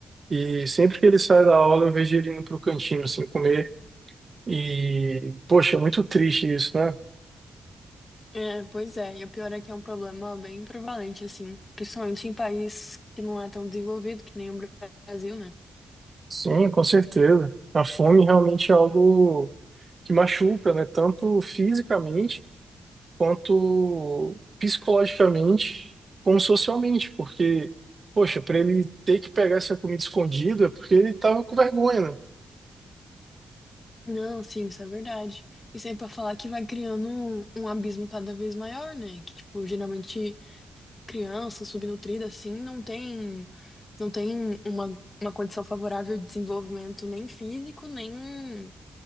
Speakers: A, on the right (about 45°); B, on the left (about 35°).
A: E sempre que ele sai da aula, eu vejo ele indo pro cantinho, assim, comer. E, poxa, é muito triste isso, né?
B: É, pois é, e o pior é que é um problema bem prevalente, assim, principalmente em país que não é tão desenvolvido, que nem o Brasil, né?
A: Sim, com certeza. A fome realmente é algo que machuca, né? Tanto fisicamente, quanto psicologicamente, como socialmente. Porque, poxa, para ele ter que pegar essa comida escondida, é porque ele tava com vergonha, né?
B: Não, sim, isso é verdade. Isso aí pra falar que vai criando um, um abismo cada vez maior, né? Que, tipo, geralmente criança subnutrida, assim, não tem. não tem uma, uma condição favorável de desenvolvimento nem físico, nem,